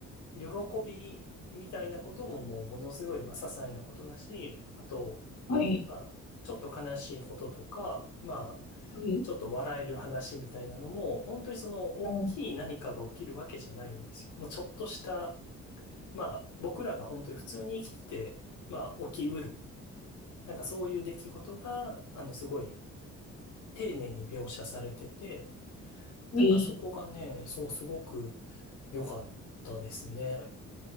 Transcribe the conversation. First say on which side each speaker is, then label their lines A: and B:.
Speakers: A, on the left (about 75°); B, on the left (about 55°).
A: 喜びみたいなことももうものすごい、まあ、些細なことだし、あと、
B: はい。
A: まあ、ちょっと悲しいこととか、まあ、
B: はい。
A: ちょっと笑える話みたいなのも、本当にその大きい何かが起きるわけじゃないんですよ。
B: うん。
A: もうちょっとした、まあ僕らが本当に普通に生きてて、まあ起きうる。なんかそういう出来事が、あのすごい丁寧に描写されてて、
B: い
A: なんかそこがね、そうすごく良かったですね。